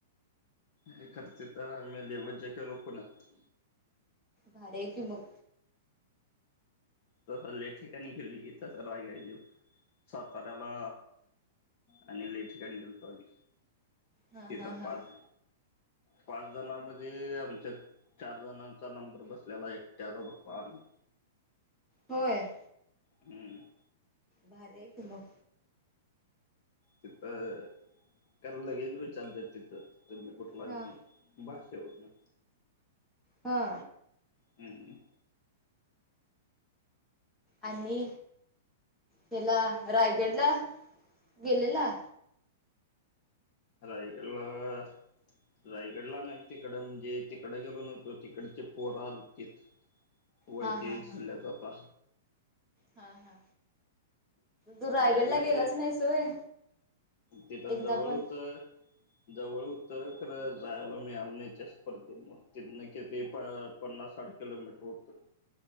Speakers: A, on the left (about 30°); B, in the centre.
A: <unintelligible> तिथं आम्ही लय मज्जा केलो पुण्यात.
B: भारी हाय की मग.
A: तसं लय ठिकाणी गेलं की तसं <unintelligible> साताऱ्याला आणि लय ठिकाणी गेलतो आम्ही,
B: हा
A: तिथं
B: हा
A: पाक
B: हा
A: पाच जणामध्ये आमच्यात् चार जणांचा नंबर बसलेला एकट्याचा बघ आम्ही.
B: होय?
A: हम्म.
B: भारी हाय की मग.
A: तिथं, खरं लगेच विचारतेत तिथं, तुम्ही कुठला हाय
B: हा.
A: म्हणून. भाषेवरनं.
B: हा.
A: हम्म.
B: आणि हेला रायगडला गेलेला?
A: रायगडला ‌ रायगडला नाही तिकडं म्हणजे तिकडं गेलो नव्हतो, तिकडचे पोरं आलतेत. ओळखी
B: हा हा
A: विसरल्यात
B: हा
A: आता.
B: हा हा, तू रायगडला
A: रायगड
B: गेलाच
A: ते
B: नाहीस होय?
A: तिथं
B: एकदा
A: जवळ
B: पण?
A: होतं. जवळ होतं खरं जायला मिळालं नाय त्या स्पर्धेमुळं, ‌तिथनं किती‌ प पन्नास साठ किलोमीटर होतं.